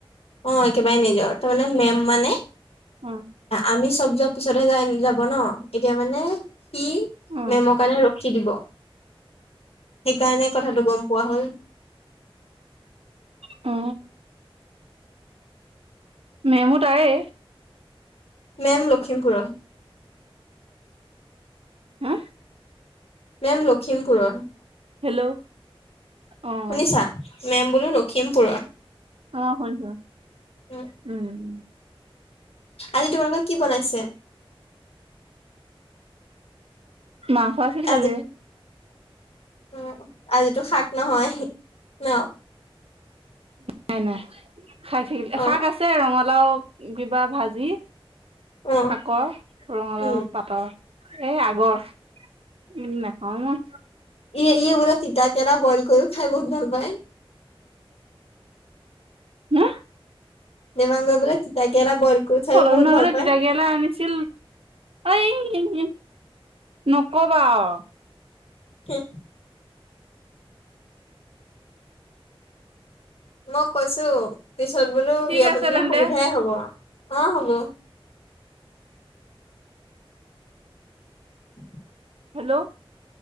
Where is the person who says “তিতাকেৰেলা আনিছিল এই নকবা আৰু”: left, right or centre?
Right